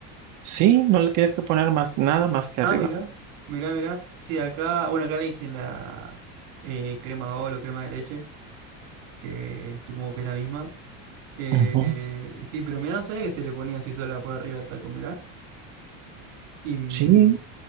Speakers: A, on the right (about 45°); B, on the right (about 85°).
A: sí, no le tienes que poner más nada más que
B: Ah,
A: arriba.
B: mira, mira, mira. Sí, acá, bueno, acá le dicen la eh, crema de o crema de leche, que supongo que es la misma. Eh,
A: Ujú,
B: y sí, pero mirá, no sabía que se le ponía así sola por arriba al taco, mirá. Y, mm,
A: Sí,